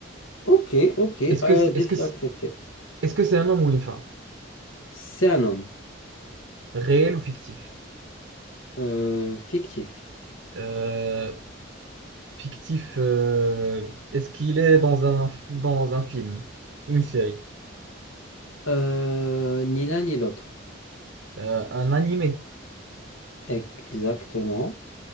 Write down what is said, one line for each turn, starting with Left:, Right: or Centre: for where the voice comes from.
Left: Ok, ok.
Right: Est-ce
Left: euh,
Right: que c'est-
Left: défi
Right: est-ce que c'est-
Left: accepté.
Right: est-ce que c'est un homme ou une femme?
Left: C'est un homme.
Right: Réel ou fictif?
Left: euh, fictif.
Right: Euh, fictif, euh, est-ce qu'il est dans un, dans un film ou une série?
Left: Euh, ni l'un ni l'autre.
Right: Euh, un animé?
Left: Exactement.